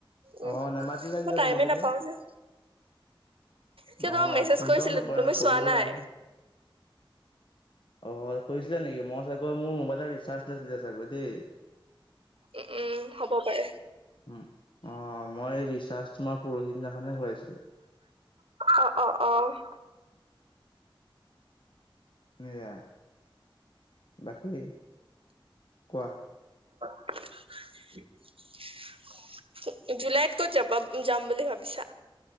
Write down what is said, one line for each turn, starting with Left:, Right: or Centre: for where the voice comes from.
Right: উম
Left: অহ নোমাতিলে
Right: মই
Left: কিয়
Right: টাইমে
Left: তোমালোকে?
Right: নাপাও যে। কিয়
Left: নহয়
Right: তোমাক মেছেজ
Left: ফোনটাও
Right: কৰিছিলো
Left: নকৰা
Right: তুমি চোৱা
Left: কৰিব
Right: নাই
Left: লাগে। অ' কৰিছিলে নেকি, মই চাগৈ মোৰ মোবাইলৰ ৰিচাৰ্জ নাছিলে চাগৈ দেই।
Right: উ-উম হ'ব পাৰে।
Left: উ অহ মই ৰিচাৰ্জ তোমাৰ পৰহি দিনাখনে কৰিছিলো।
Right: অ', -অ', - অ'।
Left: এয়া বাকী কোৱা
Right: <unintelligible> জুলাইত ক'ত যাবা, যাম বুলি ভাবিছা?